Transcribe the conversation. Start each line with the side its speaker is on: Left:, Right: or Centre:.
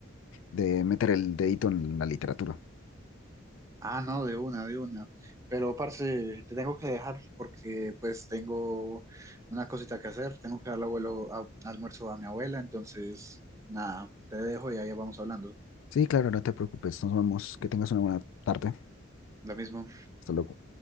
Left: de meter el dedito en la literatura.
Right: Ah, no, de una, de una. Pero, parce, te tengo que dejar porque pues tengo una cosita que hacer. Tengo que darle abuelo a- almuerzo a mi abuela, entonces, nada, te dejo y ahí vamos hablando.
Left: Sí, claro, no te preocupes. Nos vemos. Que tengas una buena tarde.
Right: Lo mismo.
Left: Hasta luego.